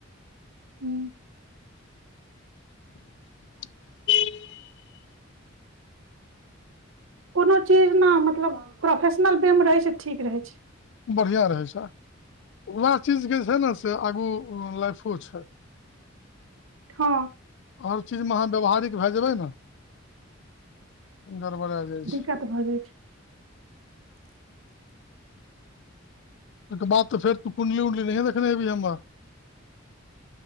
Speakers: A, on the right; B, on the left.
A: ह्म
B: <unintelligible>
A: कोनो चीज ने मतलब प्रोफेशनल बे मे रहय छै ठीक रहय छै
B: बढ़ियां रहय छै उएह चीजके जे छै ने से आगू लाइफो छै
A: ह
B: हर चीजमे अहाँ व्यवहारिक भए जेबै ने गड़बड़ा जाइ
A: दिक्कत
B: छै
A: भऽ जाइ छै
B: ओइके बादऽ फेर तू कुंडली ऊंडली नहिए देखने हेबहिं हमर